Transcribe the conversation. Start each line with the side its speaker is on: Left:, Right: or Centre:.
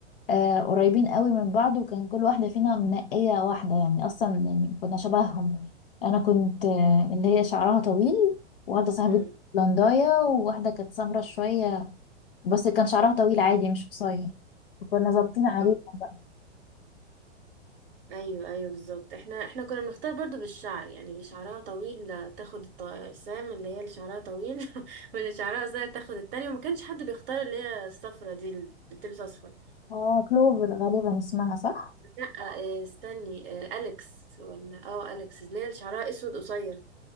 Left: آه قريبين قوي من بعض وكان كل واحدة فينا منقية واحدة يعني أصلا يعني كنا شبههم أنا كنت آه اللي هي شعرها طويل وواحدة صاحبتي
Right: <laughs>
Left: بلنداية وواحدة كانت سمرة شوية بس كان شعرها طويل عادي مش قصير وكنا ظابطين عليها
Right: مم.
Left: بقى
Right: ايوه ايوه بالظبط احنا احنا كنا بنختار برضو بالشعر يعني اللي شعرها طويل تاخد الطقسام اللي هي اللي شعرها طويل <laughs> واللي شعرها قصير تاخد التانية وما كانش حد بيختار اللي هي الصفرة دي اللي بتلبس اصفر
Left: اه كلوفر غالبا اسمها صح
Right: لا آه، استني آه، اليكس ولا اه اليكس اللي هي اللي شعرها اسود قصير